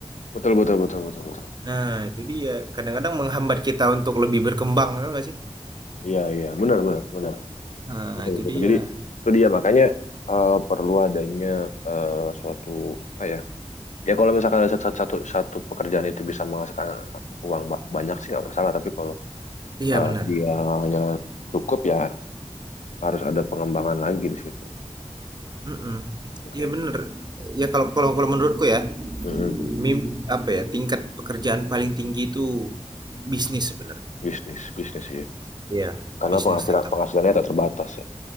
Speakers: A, on the left; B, on the right.
A: Betul, betul, betul, betul, betul.
B: Nah, itu dia. Kadang-kadang menghambat kita untuk lebih berkembang, tau nggak sih?
A: Iya, iya. Benar, benar, benar.
B: Nah,
A: Betul,
B: itu
A: betul.
B: dia.
A: Jadi itu dia makanya eh, perlu adanya eh, suatu apa ya? Ya kalau misalkan ada satu, satu, satu pekerjaan itu bisa menghasilkan uang ba- banyak sih nggak masalah. Tapi kalau
B: Iya,
A: eh,
B: benar.
A: dia hanya cukup ya harus ada pengembangan lagi di situ.
B: Mhm.
A: Oke.
B: Iya, benar. Ya kalau kalau kalau menurutku ya,
A: Mm-mm.
B: mim apa ya, tingkat pekerjaan paling tinggi itu bisnis sebenarnya.
A: bisnis bisnis sih
B: Iya,
A: karena
B: bisnis
A: penghasilan
B: tetap.
A: penghasilannya tak terbatas ya